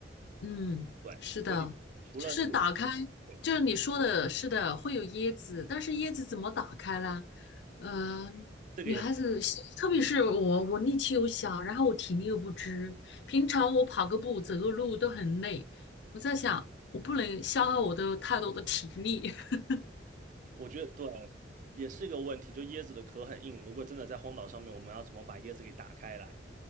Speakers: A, on the left (about 65°); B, on the right (about 45°).
A: 嗯，
B: 对，
A: 是的，
B: 所以除了那个，
A: 就是打开，
B: 对，
A: 就是你说的，是的，会有椰子，但是椰子怎么打开呢？嗯，
B: 这个也是，
A: 女孩子喜特别是我，我力气又小，然后我体力又不支，平常我跑个步、走个路都很累，我在想，我不能消耗我的太多的体力，<laughs>
B: 我觉得对，也是一个问题，就椰子的壳很硬，如果真的在荒岛上面，我们要怎么把椰子给打开来？